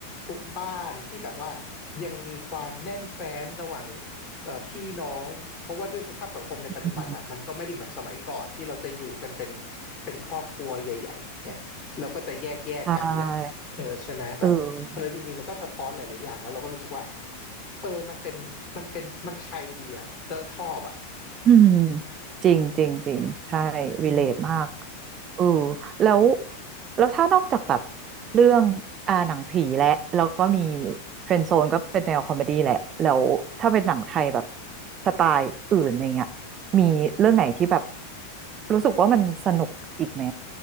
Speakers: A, on the left; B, on the right.
A: ทุกบ้านที่แบบว่ายังมีความแน่นแฟ้นระหว่างเอ่อพี่น้องเพราะว่าด้วยสภาพสังคมในปัจจุบันอ่ะมันก็ไม่ได้เหมือนสมัยก่อนที่เราจะอยู่กันเป็น
B: อืม
A: เป็นครอบครัวใหญ่ๆเนี่ยเราก็จะแยกแยกกันนะเออใช่ไหมแบบเออจริงๆมันก็สะท้อนหลายๆอย่างแล้วเราก็รู้สึกว่า
B: ใช่เออ
A: เออมันเป็นมันเป็นมันไทยดีอ่ะแล้วชอบอ่ะ
B: อืมจริงจริงจริงใช่รีเลทมาก
A: อืม
B: เออแล้วแล้วถ้านอกจากแบบเรื่องอ่าหนังผีและแล้วก็มีเฟรนด์โซนก็เป็นแนวคอมเมดี้แหละแล้วถ้าเป็นหนังไทยแบบสไตล์อื่นอะไรเงี้ยมีเรื่องไหนที่แบบรู้สึกว่ามันสนุกอีกไหม